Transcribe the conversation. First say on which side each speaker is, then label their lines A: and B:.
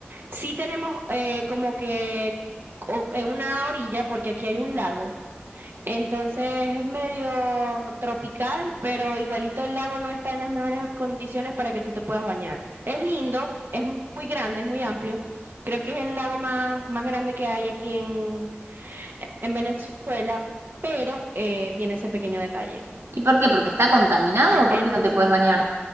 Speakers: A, on the right; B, on the right.
A: Sí tenemos eh, como que co- eh, una orilla, porque aquí hay un lago. Entonces, es medio tropical, pero igualito el lago no está en las mejores condiciones para que tú te puedas bañar. Es lindo, es mu- muy grande, es muy amplio. Creo que es el lago más, más grande que hay aquí en, en Venezuela, pero eh, tiene ese pequeño detalle.
B: ¿Y por qué? ¿Porque está contaminado o
A: Entonces,
B: por qué no te puedes bañar?